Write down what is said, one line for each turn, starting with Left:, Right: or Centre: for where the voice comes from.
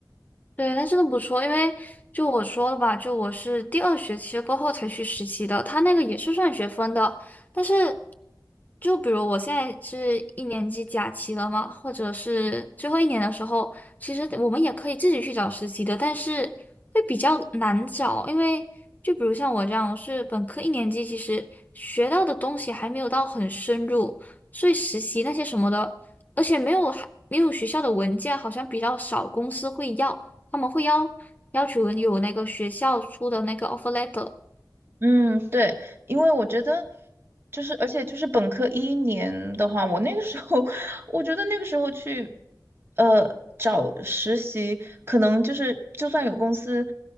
Left: 对，那真的不错，因为就我说了吧，就我是第二学期过后才去实习的，他那个也是算学分的，但是就比如我现在是一年级假期了嘛，或者是最后一年的时候，其实我们也可以自己去找实习的，但是会比较难找，因为就比如像我这样，我是本科一年级，其实学到的东西还没有到很深入，所以实习那些什么的，而且没有还没有学校的文件，好像比较少公司会要。他们会要要求你有那个学校出的那个 offer letter，
Right: 嗯，对，因为我觉得就是，而且就是本科一年的话，我那个时候，<laughs> 我觉得那个时候去，呃，找实习，可能就是就算有公司